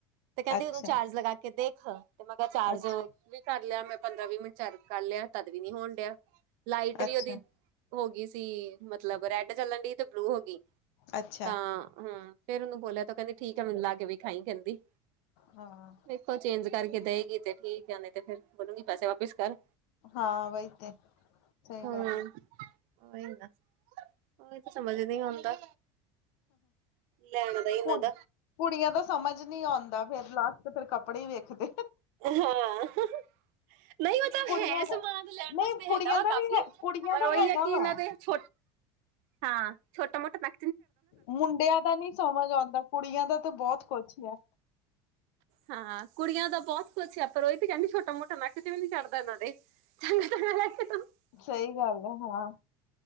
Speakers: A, on the right; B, on the left.
A: ਤੇ ਕਹਿੰਦੀ
B: ਅੱਛਾ
A: ਉਹਨੂੰ ਚਾਰਜ ਲਗਾ ਕੇ ਦੇਖ ਤੇ ਮੈਂਰ ਚਾਰਜ
B: ਅੱਛ
A: ਵੀ ਕਰ ਲਿਆ ਮੈਂ ਪੰਦਰਾਂ ਵੀਹ ਮਿੰਟ ਚਾਰ ਕਰ ਲਿਆ ਤਦ ਵੀ ਨੀ ਹੋਣ ਡਿਆ ਲਾਈਟ ਵੀ
B: ਅੱਛਾ
A: ਉਹਦੀ ਹੋ ਗਈ ਸੀ ਮਤਲਬ ਰੈਡ ਚੱਲਣ ਡ ਤੇ ਬਲੂ ਹੋ ਗਈ
B: ਅੱਛਾ
A: ਤਾਂ ਹਮ ਫੇਰ ਉਹਨੂੰ ਬੋਲਿਆ ਉਹ ਕਹਿੰਦੀ ਠੀਕ ਹੈ ਮੈਨੂੰ ਲਾ ਕੇ ਵੀ ਖਾਈ ਕਹਿੰਦੀ
B: ਹਾਂ
A: ਦੇਖੋ ਚੇਂਜ ਕਰਕੇ ਦੇਵੇਗੀ ਤੇ ਠੀਕ ਆ ਨਹੀਂ ਤੇ ਫਿਰ ਬੋਲੂਗੀ ਪੈਸੇ ਵਾਪਿਸ ਕਰ
B: ਹਾਂ ਵਹੀਤੇ ਸਹੀ
A: ਹਮ
B: ਗੱਲ ਹੈ।
A: ਉਹੀ ਨਾ ਉਹੀ ਤਾਂ ਸਮਝ ਨ ਆਉਂਦਾ। ਲਣ ਦਈਨਦ
B: ਕੁ ਕੁੜੀਆਂ ਤਾਂ ਸਮਝ ਨੀ ਆਉਂਦਾ, ਫੇਰ ਲਾਸਟ ਫਰ ਕੱਪੜੇ ਹੀ ਵੇਖਦੇ,
A: ਹਾਂ ਨਹੀਂ ਉਹ ਤਾਂ
B: ਕੁੜੀਆਂ
A: ਹੈ ਸਮਾਨ
B: ਦਾ
A: ਲੈਣ ਵਾਸਤੇ
B: ਨਹੀਂ ਕੁੜੀਆਂ
A: ਹੈਗਾ ਵਾ
B: ਦਾ
A: ਕਾਫ਼ੀ
B: ਵੀ ਹੈ ਕੁੜੀਆਂ
A: ਪਰ
B: ਦਾ
A: ਉਹੀ
B: ਹੈਗਾ
A: ਹੈ ਕਿ ਇਹਨਾਂ
B: ਵਾ
A: ਤੇ ਛ ਹਾਂ ਛੋਟਾ ਮੋਟਾ ਮੈਂ
B: ਮੁੰਡਿਆਂ ਦਾ ਨਹੀਂ ਸਮਝ ਆਉਂਦਾ ਕੁੜੀਆਂ ਦਾ ਤਾਂ ਬਹੁਤ ਕੁਛ ਹੈ
A: ਹਾਂ ਕੁੜੀਆਂ ਦਾ ਬਹੁਤ ਕੁਛ ਆ ਪਰ ਉਹ ਇਹ ਤੇ ਕਹਿੰਦੀ ਛੋਟਾ ਮੋਟਾ ਨੱਕ ਤੇ ਵੀ ਨੀ ਚੜਦਾ ਇਹਨਾਂ ਦੇ ਚੰ
B: ਸਹੀ ਗੱਲ ਹੈ ਹਾਂ